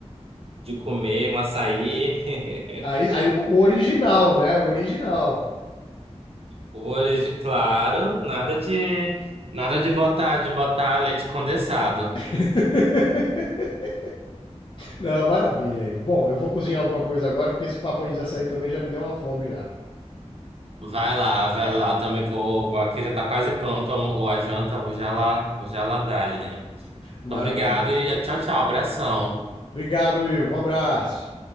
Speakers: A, on the right; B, on the left.
A: de comer, um açaí. <laughs>
B: Aí, aí o o original, né? O original.
A: Hoje, claro, nada de, nada de botar, de botar leite condensado.
B: <laughs> Não, maravilha aí. Bom, eu vou cozinhar alguma coisa agora, porque esse papo aí de açaí também já me deu uma fome já.
A: Vai lá, vai lá, também vou, vou aqui já tá quase pronto ou a janta, vou já lá, vou já lá dar, né?
B: Maravilha,
A: Então, obrigado
B: então.
A: e tchau, tchau, abração.
B: Obrigado, Ivo. Um abraço.